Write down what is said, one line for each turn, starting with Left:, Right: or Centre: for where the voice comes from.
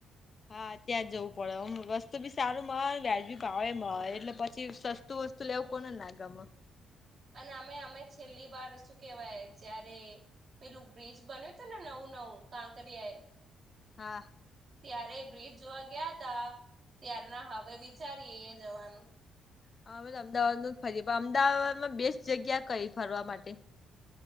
Left: હા ત્યાં જવું પડેમ રસ્તુ બી સારું મળે વ્યાજ બી ભાવે મળ એટલે પછી સ સ્ત વતુેવ કોને ના ગામા
Right: અને અમે અમે છેલ્લી વાર શું કેવાય જયારે પેલું બ્રિજ બન્યું હતું ને, નવું નવું કાંકરિયા એ
Left: હા.
Right: ત્યારે બ્રિજ જોવા ગયા હતા, ત્યાર ના હવે વિચારીએ જવાનું.
Left: હા, અમદાવાદ ના જ ફરી અમદાવાદ માં બેસ્ટ જગ્યા કંઈ ફરવા માટે?